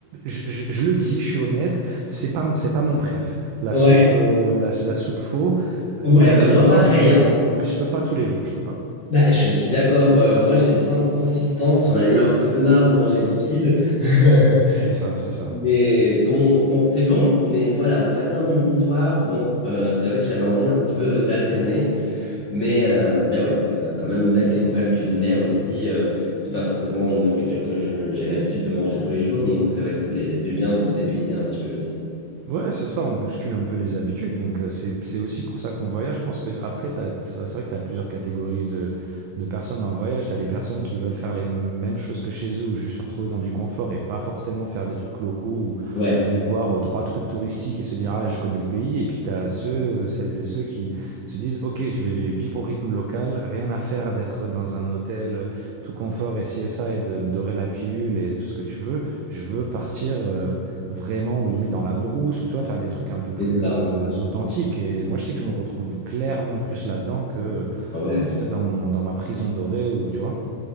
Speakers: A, on the right (about 85°); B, on the left (about 40°).
A: je, je- je le dis, je suis honnête, c'est pas, c'est pas mon préf. La
B: Ouais.
A: soupe, euh, la, la soupe faux,
B: Ouais,
A: il y en a
B: bah
A: des
B: moi
A: bonnes,
B: pareil, hein.
A: mais ouais, je peux pas tous les jours, je peux pas.
B: Bah, je suis d'accord. euh, moi, j'ai besoin de consistance. J'en ai eu un petit peu marre de manger liquide. <laughs>
A: C'est ça, c'est ça.
B: Mais bon, bon, c'est bon, mais voilà, matin, midi, soir, bon, euh, c'est vrai que j'avais envie un petit peu d'alterner. Mais, euh, mais ouais, euh, quand même, belle découverte culinaire aussi. euh, c'est pas forcément une nourriture que je- j'ai l'habitude de manger tous les jours, donc c'est vrai que ça fait du bien de se dépayser un petit peu aussi.
A: Ouais, c'est ça, on bouscule un peu les habitudes. Donc, euh, c'est, c'est aussi pour ça qu'on voyage. Je pense que après, t'as- c'est vrai que tu as plusieurs catégories de, de personnes dans le voyage. Tu as les personnes qui veulent faire les mêmes choses que chez eux ou juste se retrouver dans du confort et pas forcément faire des trucs locaux ou
B: Ouais,
A: aller voir euh, trois trucs touristiques et se dire, ah, je connais le pays. Et puis, tu as ceux, euh, celles et ceux qui se disent, OK, je vais vivre au rythme local, rien à faire d'être dans un hôtel euh, tout confort et ci et ça et de me dorer la pilule et tout ce que tu veux. Je veux partir. euh, vraiment ou limite dans la brousse ou tu vois faire des trucs un peu plus
B: c'est ça.
A: euh, authentiques et moi je sais que je me retrouve clairement plus là-dedans que
B: Ah Ouais.
A: rester dans mon dans ma prison dorée ou tu vois